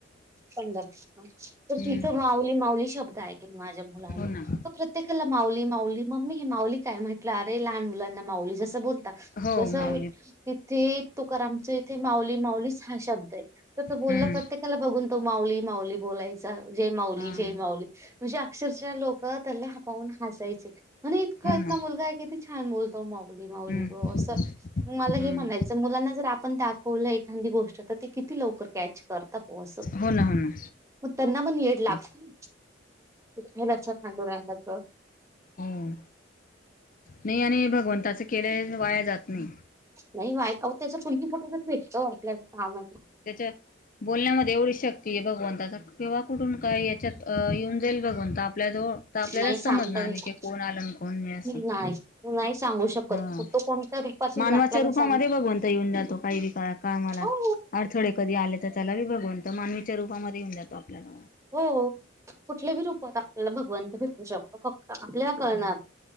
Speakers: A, on the right (about 15°); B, on the left (about 45°).
A: पंढरपूर तर,
B: हम्म
A: तिथ माऊली माऊली शब्द ऐकून माझ्या मुलां
B: हो ना
A: प्रत्येकाला माऊली माऊली. मम्मी ही माऊली काय? म्हटलं अरे, लहान मुलांना माऊली जसं बोलता
B: हो,
A: जसं
B: मा
A: तिथे तुकारामच्या इथे माऊली माऊलीच हा शब्द आहे तर, त बोलला
B: हम्म
A: प्रत्ये काला बघून तो माऊली माऊली बोलायचा. जय माऊली,
B: हा
A: जय माऊली म्हणजे अक्षरशः लोक त्याला <unintelligible> हसायचे. म्हणे इतका
B: हो
A: इतका
B: ना
A: मुलगा आहे की छान बोलतो. माऊली
B: हम्म
A: माऊली ब असं. मला
B: हम्म
A: हे म्हणायचं, मुलांना जर आपण दाखवलं एखादी गोष्ट तर, ते किती लवकर कॅच करता ते असं,
B: हो ना हो ना
A: मग त्यांना पण येड लागते
B: ते
A: ना. विठ्ठलाच, पांडुरंगाच
B: हो, ना. नाही आणि भगवंताच केलं वाया जात नाही.
A: नाही वा त्याचा <unintelligible> भेटतो आपल्याला का
B: त्याच्या बोलण्यामध्ये एवढी शक्ती आहे भगवंताच्या किंवा कुठून, काय, याच्यात येऊन जाईल भगवंत आपल्या जवळ तर आपल्याला
A: नाही
B: समजणार
A: सांगता येत
B: नाही की, कोण आलं? अन् कोण नाही? असं
A: नाही नाही सांगू शकत
B: हा.
A: तो कोणत्या रूपातील
B: मानवाच्या
A: आपल्याला
B: रूपामध्ये
A: सांगू
B: भगवंत येऊन जातो काही <unintelligible>
A: हो
B: थोडे कधी आले तर, त्याला बी भगवंत मानवीच्या रूपामध्ये येऊन जातो. आपल्याला
A: हो कुठल्या बी रूपात आपल्याला भगवंत भेटू शकतो. फक्त आपल्याला कळणार